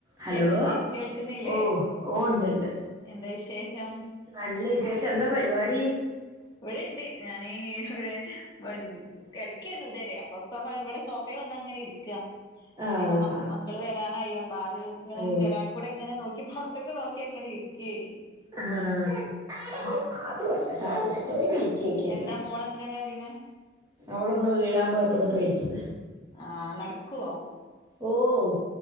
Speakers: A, on the right; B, on the left.
A: Hello.
B: കേൾക്കുന്നേ കേൾക്കുന്നില്ലേ
A: ഓ ഓ ണ്ട്ണ്ട്.
B: എന്താ വിശേഷം?
A: നല്ല വിസേഷം. എന്താ പരിപാടി
B: വടെണ്ട്. ഞാനീ <unintelligible> കെട്ക്കേ ര്ന്നുതരെ. അപ്പം പ്പം വ വടെ സോഫേ വന്നങ്ങനെ ഇര്ക്കാ.
A: ആഹ്
B: നിപ്പം മക് മക്കള് വരാനായി. അപ്പാ ആര് ങ്ങനെ
A: ഓ
B: ജനാൽക്കൂടെ ങ്ങനെ നോക്കി പൊർത്ത്ക്ക് നോക്കി അങ്ങനെ ഇരിക്കെയ്നി.
A: ആഹ് അ അത് പോട്ടെ സാരല്ല <unintelligible> ചെയ്ക്കല്ലെ
B: എന്താ മോള് എന്തിനാ കരയണേ
A: അവളൊന്ന് വീഴാൻ പോയപ്പോ ഒന്ന് പേടിച്ചത്
B: ആ നടക്കുവോ
A: ഓഹ്